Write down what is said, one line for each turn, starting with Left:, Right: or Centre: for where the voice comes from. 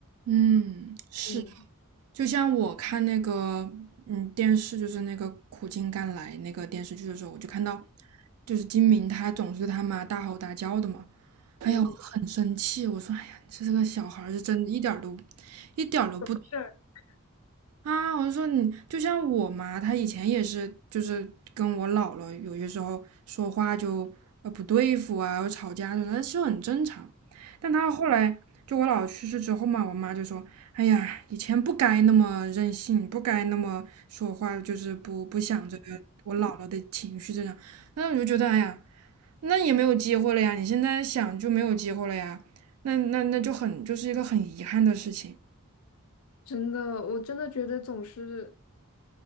Right: 嗯，是。
Left: 嗯，
Right: 就像我看那个嗯电视，就是那个《苦尽甘来》那个电视剧的时候，我就看到，就是金明他总是对他妈大吼大叫的嘛。哎呀，
Left: 对，
Right: 我很生气，我说哎呀，这这个小孩儿是真一点儿都，一点儿都不
Left: 是
Right: 啊，我就说你就像我妈，她以前也是，就是跟我姥姥有些时候说话就呃不对付啊，有吵架什那是很正常。但她后来就我姥姥去世之后嘛，我妈就说：“哎呀，以前不该那么任性，不该那么说话，就是不不想着我姥姥的情绪这样。”那我就觉得，哎呀，那也没有机会了呀，你现在想就没有机会了呀，那那那就很就是一个很遗憾的事情。
Left: 真的，我真的觉得总是